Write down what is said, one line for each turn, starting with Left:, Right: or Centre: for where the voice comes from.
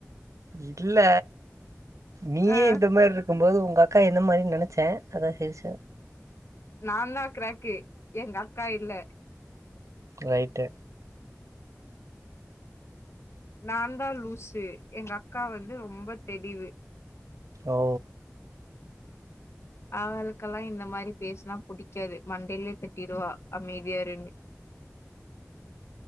Right: இல்ல நீயே
Left: ஆ
Right: இந்த மாரி இரு க்குபோது உங்கக்கா எந்த மாரின்னு நெனச்சே அதா சிரிச்சே
Left: நாதா கிராக்கு எங்கக்கா இல்ல
Right: ரைட்டு
Left: நாதா லூசு எங்கக்கா வந்து ரொம்ப தெளிவு
Right: ஓ
Left: அவளுக்கெல்லா இந்த மாரி பேசுனா புடிக்காது மண்டைலயே தட்டிருவா அமைதியா இருன்னு